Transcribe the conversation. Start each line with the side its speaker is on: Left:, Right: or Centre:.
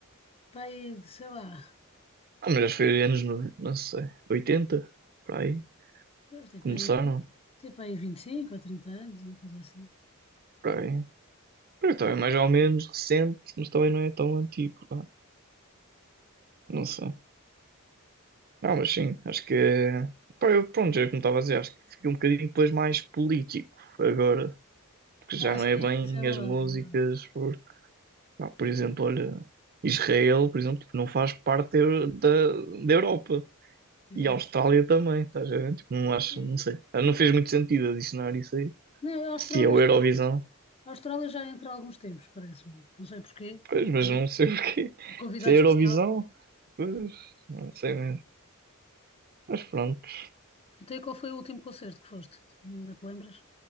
Left: Pá, aí, de, sei lá,
Right: Ah, mas acho que foi anos, no- não sei, 80 para aí,
Left: pois tem
Right: começaram,
Left: para aí, vi- tem para aí 25 ou 30 anos, uma coisa assim.
Right: para aí. Porque também é mais ou menos recente, mas também não é tão antigo, pá, não sei. Ah, mas sim, acho que é... Pá, eu, pronto, já é como estava a dizer, acho que fica um bocadinho depois mais político agora, porque já
Left: Ah,
Right: não
Left: sim,
Right: é bem
Left: isso é verdade,
Right: as músicas,
Left: é verdade.
Right: porque, pá, por exemplo, olha, Israel, por exemplo, tipo, não faz parte da, Eu- da da Europa.
Left: Exato.
Right: E a Austrália também, estás a ver? Tipo, não acho,
Left: Sim.
Right: não sei. Ah, Não fez muito sentido adicionar isso aí.
Left: Não, a Austrália
Right: Se é o
Left: acho
Right: Eurovisão.
Left: que é. A Austrália já entra há alguns tempos, parece-me. Não sei porquê.
Right: Pois,
Left: Convi-
Right: mas não sei <laughs> o quê.
Left: um Convidado
Right: Se é
Left: especial.
Right: Eurovisão, pois, não sei mesmo. Mas pronto.
Left: Até qual foi o último concerto que foste? Não te lembras?